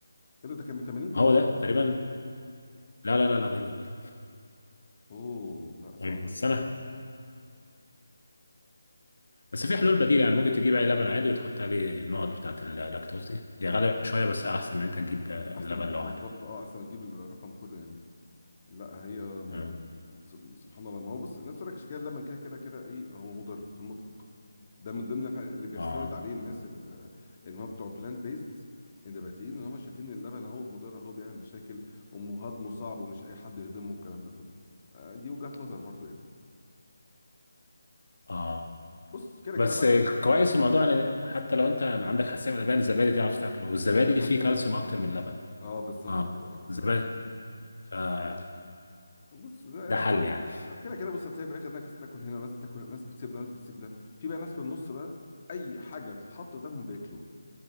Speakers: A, on the left; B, on the left.
A: ايه ده ده كان ب 80 جنيه
B: هو
A: والله
B: ده تقريبا لا لا لا لا غالي غالي
A: اوه لا صعب
B: غالي
A: أوي.
B: بس أنا بس في حلول بديلة يعني ممكن تجيب أي لبن عادي وتحط عليه النقط بتاعة اللاكتوز دي هي غالية شوية بس أحسن من أنت تجيب
A: احسن
B: لبن
A: ما تجيب
B: لوحده
A: بالظبط اه احسن ما تجيب الرقم كله يعني لا هي م-
B: تمام.
A: سب- سبحان الله ما هو بص الناس تقول لك الشكايه لما كده كده كده ايه هو مضر في المطلق ده من ضمن الح- اللي بيستند
B: آه
A: عليه الناس ال- اللي هم بتوع بلانت بيزد النباتيين ان هم شايفين إن اللبن اهو مضر اهو بيعمل مشاكل وهضمه صعب ومش اي حد يهضمه الكلام ده كله آه، دي وجهة نظر برضو يعني
B: آه
A: بص كده
B: بس
A: كده بقى ايه
B: كويس في الموضوع ان حتى لو انت ما عندك حساسيه من اللبن الزبادي تعرف تاكله والزبادي
A: ازاي تعرف
B: فيه
A: تاكل
B: كالسيوم
A: اه
B: اكتر من اللبن
A: اه بالظبط
B: اه
A: كده اه
B: الزبادي آه
A: بص ده
B: ده حل يعني
A: كده كده بص هتلاقي في الاخر ناس بتاكل هنا وناس بتاكل هنا وناس بتسيب ده وناس بتسيب ده في بقى ناس في النص بقى اي حاجه بتتحط قدامهم بياكلوه